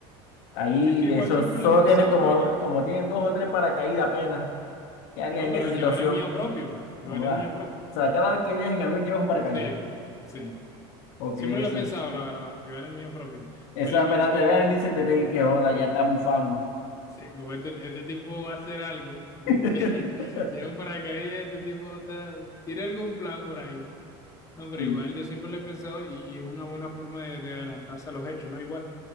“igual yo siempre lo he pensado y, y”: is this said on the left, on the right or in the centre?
Left